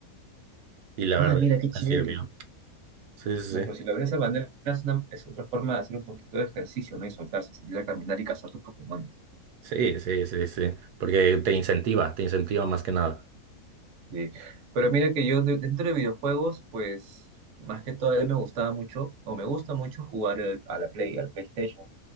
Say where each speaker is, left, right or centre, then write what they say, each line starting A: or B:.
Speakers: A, on the right (about 85°); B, on the right (about 60°).
A: Y la
B: ah,
A: verdad
B: mira
A: es que
B: qué chévere.
A: me sirvió. Sí, sí,
B: Bueno, pues si lo ves de esa manera, es, una- es otra forma de hacer un poquito de ejercicio, ¿no? Y soltarse, salir a caminar y cazar tus Pokémon.
A: sí, sí, sí, sí, sí, sí, porque te incentiva, te incentiva más que nada.
B: Eh, Pero mira que yo de- dentro de videojuegos, pues más que todo a mí me gustaba mucho, o me gusta mucho jugar el- a la Play, al PlayStation.